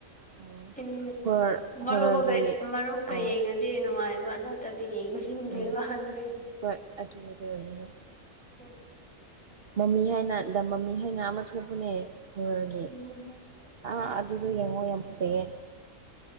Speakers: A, on the right (about 50°); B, in the centre.
A: ꯑꯣ
B: ꯎꯝ
A: ꯍꯣꯔꯔ
B: ꯃꯔꯨꯞꯒꯩ
A: ꯍꯣꯔꯔꯒꯤ
B: ꯃꯔꯨꯞꯀ
A: ꯑ
B: ꯌꯦꯡꯉ ꯗꯤ ꯅꯨꯡꯉꯥꯏꯑꯕ ꯅꯠꯇꯔ꯭ꯗꯤ ꯌꯦꯡꯅꯤꯡꯗꯦꯕ
A: ꯎꯝ
B: ꯑꯗꯨꯒꯤ
A: ꯍꯣꯏ ꯑꯗꯨꯕꯨꯗꯤ ꯑꯣꯏꯌꯦ ꯍꯣꯏ
B: ꯎꯝ
A: ꯃꯃꯤ ꯍꯥꯏꯅ ꯗ ꯃꯃꯤ ꯍꯥꯏꯅ ꯑꯃ ꯊꯣꯛꯄꯅꯦ ꯍꯣꯔꯔꯒꯤ
B: ꯎꯝ
A: ꯑꯥ ꯑꯗꯨꯗꯣ ꯌꯦꯡꯉꯣ ꯌꯥꯝ ꯐꯖꯩꯌꯦ